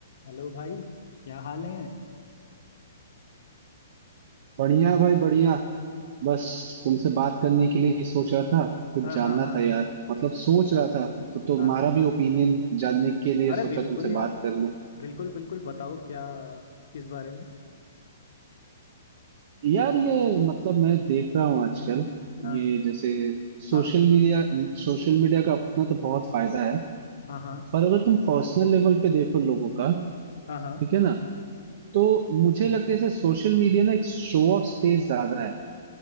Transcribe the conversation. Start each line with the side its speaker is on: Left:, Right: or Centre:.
Left: Hello भाई क्या हाल है
Right: बढ़िया भाई बढ़िया बस तुमसे बात करने के लिए ही सोच रहा था कुछ
Left: हाँ
Right: जानना
Left: हाँ हाँ
Right: था
Left: हाँ
Right: यार मतलब सोच रहा था तो तुम्हारा
Left: हाँ
Right: भी ओपिनियन जानने के लिए
Left: अरे
Right: सोचा
Left: बिल्कुल
Right: तुमसे
Left: यार
Right: बात कर लूं
Left: बिल्कुल बिल्कुल बताओ क्या किस बारे में
Right: यार ये मतलब मैं देख रहा हूँ आजकल
Left: हाँ
Right: ये जैसे सोशल
Left: हाँ
Right: मीडिया सोशल मीडिया का अपना तो बहुत फायदा है
Left: हाँ हाँ
Right: पर अगर तुम पर्सनल लेवल पे देखो लोगों का
Left: हाँ हाँ
Right: ठीक है ना तो मुझे लगता है जैसे सोशल मीडिया ना एक शो ऑफ स्पेस ज्यादा है